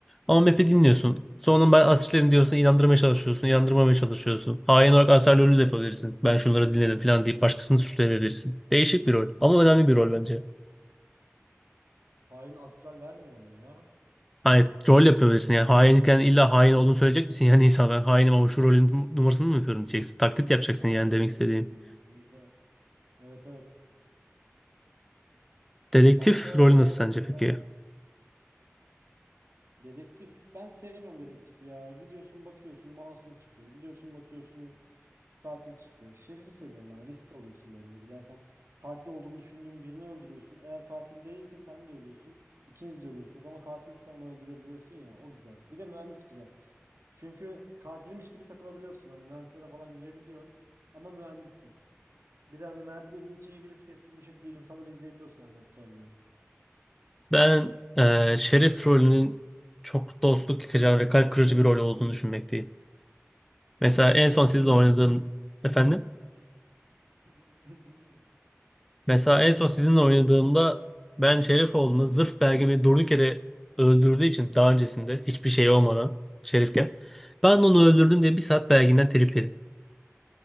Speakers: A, in the centre; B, on the right.
A: Ama map'i dinliyorsun. Sonra ben asistlerim diyorsun inandırmaya çalışıyorsun. inandırmamaya çalışıyorsun. Hain olarak aser rolü de yapabilirsin. Ben şunları dinledim falan deyip başkasını suçlayabilirsin. Değişik bir rol ama önemli bir rol bence.
B: Hain astral vermiyor ama ya.
A: Hani rol yapabilirsin yani hainken illa hain olduğunu söyleyecek misin? Yani insan ben hainim ama şu rolün numarasını mı yapıyorum diyeceksin. Taklit yapacaksın
B: Ha,
A: yani demek
B: o
A: istediğim.
B: şekilde anladım. Evet evet.
A: Dedektif
B: Başka
A: rolü nasıl sence
B: mesela
A: peki?
B: dedektif. Ben sevmiyorum dedektif ya. Gidiyorsun bakıyorsun masum çıkıyor. Gidiyorsun bakıyorsun katil çıkıyor. Şerifi seviyorum ben. Risk alıyorsun böyle hani giderken. Katil olduğunu düşündüğün birini öldürüyorsun. Eğer katil değilse sen de ölüyorsun. İkiniz de ölüyorsunuz ama katilse onu öldürebiliyorsun ya. O güzel. Bir de mühendis güzel. Çünkü katilmiş gibi takılabiliyorsun. Hani ventlere falan girebiliyorsun. Ama mühendissin. Bir de hani mertlerin içine girip sessiz bir şekilde insanları izleyebiliyorsun aynı Astral gibi.
A: Ben eee, Şerif rolünün çok dostluk yıkacağını ve kalp kırıcı bir rol olduğunu düşünmekteyim. Mesela
B: <laughs>
A: en son sizinle
B: Öldürdüm.
A: oynadığım efendim.
B: Ha, dinle- <laughs> dinliyorum.
A: Mesela en son sizinle oynadığımda ben Şerif olduğunda zırh belgemi durduk yere öldürdüğü için daha öncesinde hiçbir şey olmadan Şerifken ben onu öldürdüm diye bir saat belginden trip yedim.